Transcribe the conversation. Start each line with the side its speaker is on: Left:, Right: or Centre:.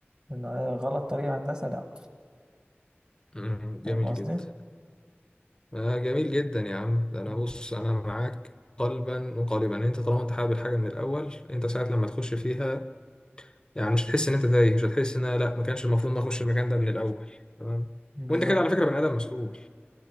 Right: ان هي غلط طريقه هندسه لا
Left: مم. جميل
Right: فاهم قصدي
Left: جدا آه جميل جدا يا عم ده انا
Right: مم.
Left: بص انا معاك قلبا وقالبا انت طالما انت حابب الحاجه من الاول انت ساعه لما تخش فيها يعني مش هتحس ان انت تايه مش هتحس ان أنا لا ما كانش المفروض ان أنا اخش المكان ده من الاول تمام
Right: بالظبط
Left: وانت كده على فكره بني ادم مسؤول